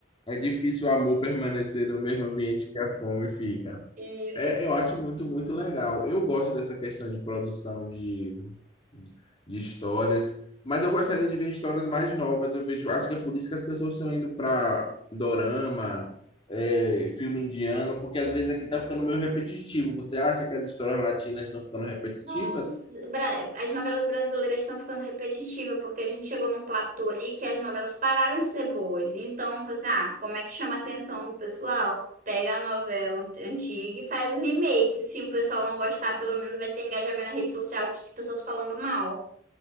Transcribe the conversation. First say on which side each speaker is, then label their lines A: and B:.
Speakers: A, on the left; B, on the right.
A: É difícil o amor permanecer no mesmo ambiente que a fome fica.
B: Isso.
A: É, eu acho muito, muito legal. Eu gosto dessa questão de produção de, de histórias, mas eu gostaria de ver histórias mais novas. Eu vejo, acho que é por isso que as pessoas estão indo para dorama, é, filme indiano, porque às vezes aqui está ficando meio repetitivo. Você acha que as histórias latinas estão ficando repetitivas?
B: Nossa, Bra- as novelas brasileiras estão ficando repetitivas, porque a gente chegou num platô ali que as novelas pararam de ser boas. Então, você, ah, como é que chama a atenção do pessoal? Pega a novela ant- antiga e faz o remake. Se o pessoal não gostar, pelo menos vai ter engajamento na rede social de pessoas falando mal.